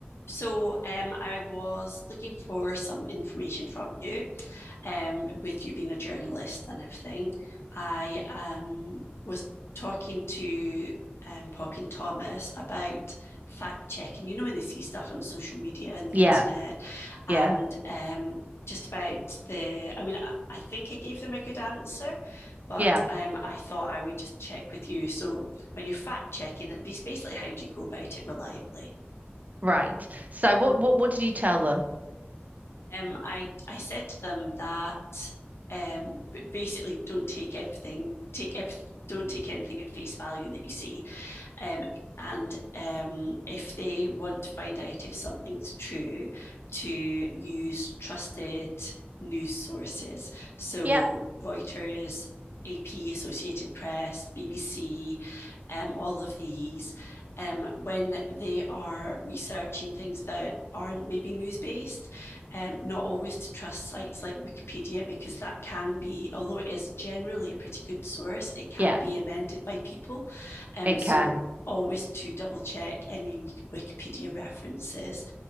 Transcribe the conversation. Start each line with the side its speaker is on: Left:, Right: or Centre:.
Left: So um, I was looking for some information from you, um, with you being a journalist and everything. I um, was talking to um, Poppy and Thomas about fact checking. You know, when they see stuff on social media and the
Right: Yeah,
Left: internet, and
Right: yeah,
Left: um, just about the, I mean, I, I think I gave them a good answer, but
Right: yeah,
Left: um, I thought I would just check with you. So when you're fact checking, it's basically how do you go about it reliably?
Right: right. So what what what did you tell them?
Left: um, I I said to them that um, basically don't take everything take ev- don't take anything at face value that you see. Um, and um, if they want to find out if something's true, to use trusted news sources. So
Right: Yep,
Left: Reuters, AP, Associated Press, BBC, um, all of these, um, when they are researching things that aren't maybe news based, um, not always to trust sites like Wikipedia, because that can be, although it is generally a pretty good source, it can
Right: yep,
Left: be amended by people. um,
Right: it
Left: so
Right: can.
Left: always to double check any Wikipedia references.